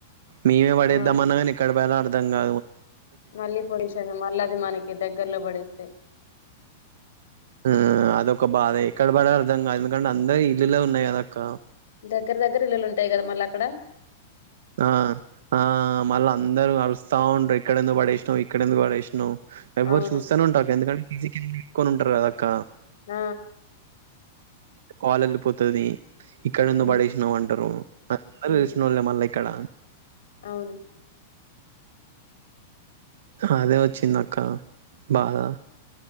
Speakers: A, on the right; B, on the left.
A: మేమే పడేద్దాంమన్నా
B: ఆ
A: కానీ ఎక్కడపడేయా దంగా
B: మళ్ళీ పొల్యూషన్ మళ్ళీ అది మనకి దగ్గర్లో పడిస్తే
A: ఉ అదొక బాధ ఎక్కడ పడేయాలో అర్థం కాదు ఎందుకంటే అందరు ఇల్లులో ఉన్నాయి కదా అక్క
B: దగ్గర దగ్గర ఇల్లులు ఉంటాయి కదా మళ్ళా అక్కడ
A: ఆ ఆ మళ్ళీ అందరూ ఆరుస్తా ఉండ్రి ఇక్కడెందుకు పడేసినావు ఇక్కడెందుకు పడేసినవ్ ఎవ్వరు
B: అవును
A: చూస్తానే ఉంటా ఎందుకంటే <unintelligible> పెట్టుకొని ఉంటారు కదక్క
B: ఉ
A: కాల్ వెళ్ళిపోతది ఇక్కడ ఎందుకు
B: ఉమ్
A: పడేసినావు అంటారు అ
B: ఉమ్
A: తెలిసిన వాళ్ళే మళ్ళా ఇక్కడ
B: అవును
A: అదే వచ్చిందిక్క బాధ